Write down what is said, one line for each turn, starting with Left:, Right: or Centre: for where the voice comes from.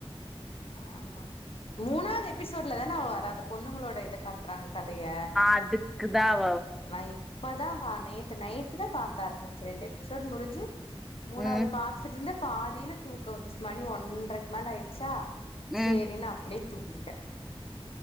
Left: ஆமா மூணாவது எபிசோட்ல தான வரா அந்த பொண்ணுங்களோட இத காட்டுறாங்க கதைய
Centre: அதுக்குதாவ
Left: நா இப்பதா வா நேத்து நைட் நேத்து தா பாக்க ஆரம்பிச்சே ரெண்டு எபிசோடு முடிஞ்சு மூணாவது
Centre: ம்
Left: பாத் துட்டு இருந்தே பாதியில தூக்கோ வந்துருச்சு மணி ஒன்றரைக்கு மேல ஆயிடுச்சா
Centre: ம்
Left: சேரினு அப்டி தூங்கிட்டே